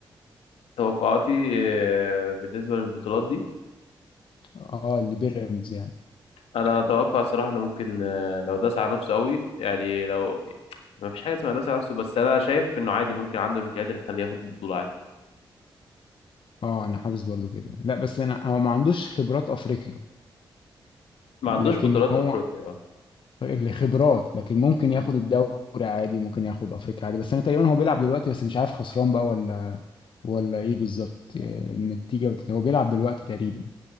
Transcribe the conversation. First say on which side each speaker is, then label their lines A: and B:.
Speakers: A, on the left; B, on the left.
A: توقعاتي آه، بالنسبة للبطولات دي
B: اه لبيراميدز يعني
A: انا اتوقع الصراحة انه ممكن آه، لو داس على نفسه قوي يعني لو ما فيش حاجة اسمها داس على نفسه بس انا شايف انه عادي ممكن عنده الامكانيات اللي تخليه ياخد البطولة عادي
B: اه انا حاسس برضه كده لا بس انا هو ما عندوش خبرات افريقيا
A: ما
B: لكن
A: عندوش بطولات
B: هو
A: افريقيا اه
B: اللي خبرات لكن ممكن ياخد
A: مم.
B: الدوري عادي ممكن ياخد افريقيا عادي بس انا تقريبا هو بيلعب دلوقتي بس مش عارف خسران بقى ولا ولا ايه بالظبط آه، النتيجة بت- هو بيلعب دلوقتي تقريبا